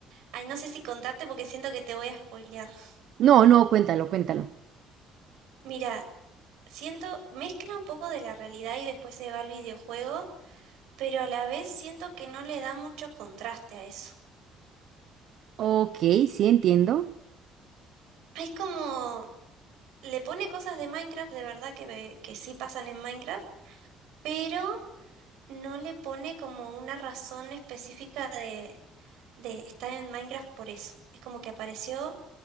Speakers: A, on the right (about 80°); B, on the right (about 55°).
A: ay, no sé si contarte porque siento que te voy a spoilear. <laughs>
B: No, no, cuéntalo, cuéntalo.
A: Mira, siento, mezcla un poco de la realidad y después se va al videojuego, pero a la vez siento que no le da mucho contraste a eso.
B: Ok, sí, entiendo.
A: Es como, le pone cosas de Minecraft, de verdad que, ve- que sí pasan en Minecraft, pero no le pone como una razón específica de, de estar en Minecraft por eso. Es como que apareció